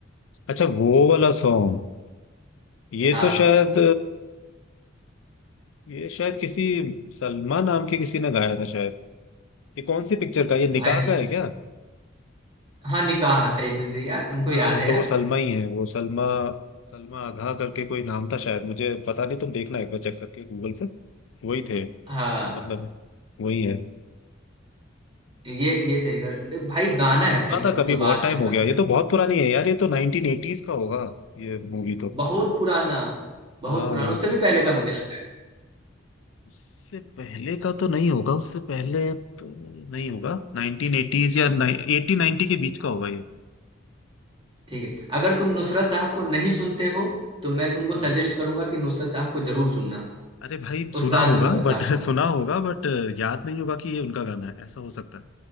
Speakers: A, on the left (about 70°); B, on the right (about 25°).
A: अच्छा वो वाला सॉन्ग ये
B: हाँ
A: तो शायद ये शायद किसी सलमा नाम के किसी ने गाया था शायद ये कौन सी पिक्चर का ये निकाह
B: भाई
A: का है क्या
B: हाँ निकाह सही पे जी यार तुमको
A: हाँ
B: याद है
A: तो
B: यार
A: वो सलमा ही है वो सलमा सलमा आघा करके कोई नाम था शायद मुझे पता नहीं तुम देखना एक बार चेक करके गूगल पर वही थे
B: हाँ
A: मतलब वही है
B: ये ये सही कर ले, भाई गाना
A: मैंने
B: है
A: सुना
B: भाई
A: था कभी
B: जो बात
A: बहुत टाइम
B: है
A: हो
B: कसम
A: गया ये तो बहुत पुरानी है यार ये तो नाइनटीन एटीज का होगा ये मूवी तो
B: बहुत पुराना बहुत
A: हाँ
B: पुराना
A: वही
B: उससे
A: तो
B: भी पहले का मुझे लग रहा है
A: उससे पहले का तो नहीं होगा उससे पहले तो नहीं होगा नाइनटीन एटीज या एटी नाइनटी के बीच का होगा ये
B: ठीक है अगर तुम नुसरत साहब को नहीं सुनते हो तो मैं तुमको
A: हाँ
B: सजेस्ट करूंगा कि नुसरत साहब को जरूर सुनना
A: अरे भाई
B: उस्ताद
A: सुना
B: नुसरत
A: होगा
B: साहब
A: बट <laughs>
B: को
A: सुना होगा बट याद नहीं होगा कि ये उनका गाना है ऐसा हो सकता है